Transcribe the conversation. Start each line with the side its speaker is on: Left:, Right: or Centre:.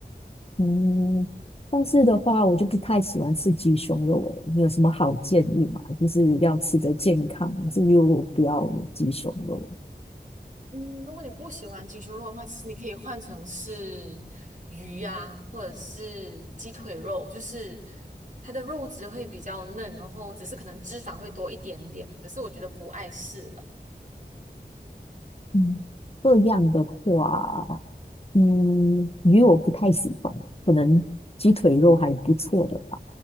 Left: 嗯，但是的话，我就不太喜欢吃鸡胸肉诶，你有什么好建议吗？就是要吃的健康，还是又不要有鸡胸肉？
Right: 嗯，如果你不喜欢鸡胸肉的话，其实你可以换成是鱼呀、或者是鸡腿肉，就是它的肉质会比较嫩，然后只是可能脂肪会多一点点，可是我觉得不碍事了。
Left: 嗯，这样的话，嗯，鱼我不太喜欢，可能鸡腿肉还不错的吧。